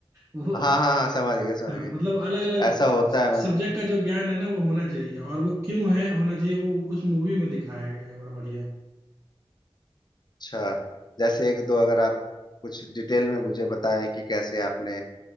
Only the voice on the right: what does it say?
वो
हाँ
मतलब अलग अलग
सब्जेक्ट
का जो ज्ञान है ना वो होना चाहिए और वो क्यों है होना चाहिए वो उस मूवी में दिखाया गया है बड़ा बढ़िया